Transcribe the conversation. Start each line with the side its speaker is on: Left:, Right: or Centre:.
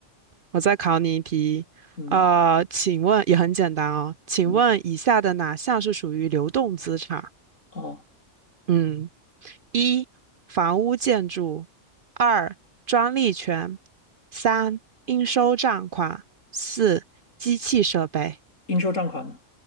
Right: 我再考你一题。
Left: 嗯
Right: 呃，请问也很简单哦，请问以下的哪项是属于流动资产？
Left: 嗯，哦，
Right: 嗯，一房屋建筑，二专利权，三应收账款，四机器设备。
Left: 应收账款呢？